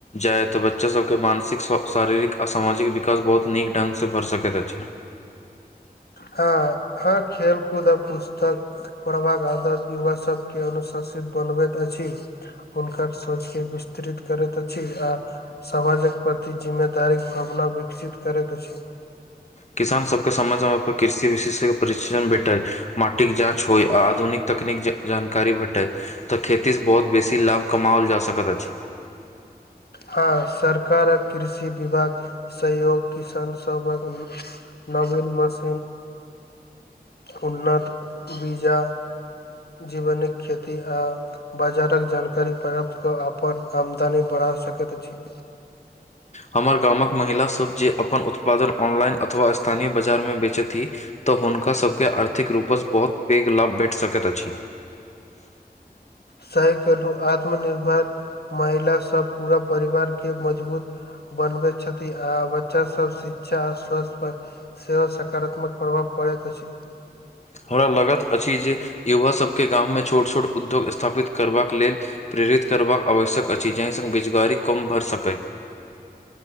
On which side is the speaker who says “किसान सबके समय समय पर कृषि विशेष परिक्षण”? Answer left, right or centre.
Left